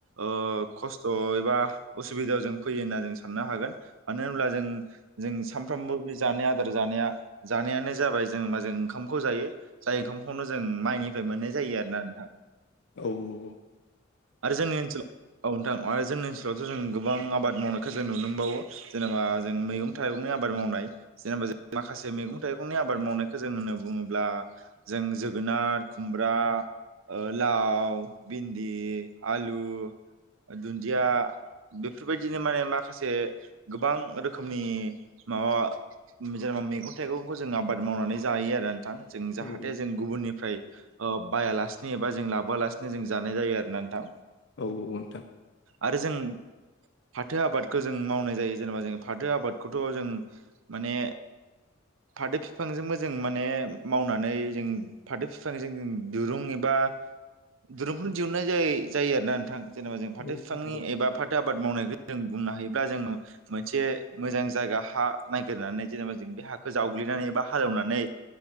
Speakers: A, on the right (about 75°); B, on the left (about 60°).
A: ओ खस्थ' एबा उसुबिदायाव जों फैयो होनना जों साननो हागोन मानो होनब्ला जों जों सामफ्रामबो बे जानाय आदार जानाया जानायानो जाबाय जों मा जों ओंखामखौ जायो। जाय ओंखामखौनो जों माइनिफ्राय मोननाय जायो आरो ना नोंथां।
B: औ औ।
A: आरो जोंनि ओनसोलाव औ नोंथां आरो जोंनिओ बेयावथ' जों गोबां आबाद मावनायखौ जों नुनो मोनबावो जेनेबा जों मैगं थाइगंनि आबाद मावनाय जेनेबा। माखासे मैगं थाइगंनि आबाद मावनायखौ जों होननानै बुङोब्ला जों जोगोनार खुमब्रा ओ लाव भिन्दि आलु दुन्दिया। बेफोरबायदिनो माया माखासे गोबां रोखोमनि माबा जेनेबा मैगं थाइगंखौ जों आबाद मावनानै जायो आरो नोंथां जों जाहाथे
B: औ उम
A: जों गुबुननिफ्राय ओ बायालासिनो एबा जों लाबोआलासिनो जों जानाय जायो आरो ना नोंथां।
B: औ औ नोंथां।
A: आरो जों
B: <inaudible>
A: फाथो आबादखौ जों मावनाय जायो जेनेबा जों फाथो आबादखौथ' जों माने फाथो बिफांजोंबो जों माने मावनानै जों फाथो बिफांजों जों दिरुं एबा दिरुंखौ दिहुननाय जायोना नोंथां जेनेबा जों फाथो
B: औ नोंथां औ नोंथां औ
A: बिफांनि एबा आबाद मावनायखौ जों बुंनो हायोब्ला जों मोनसे मोजां जायगा हा नागिरनानै जेनेबा जों बे हाखौ जावग्लिनानै एबा हालेवनानै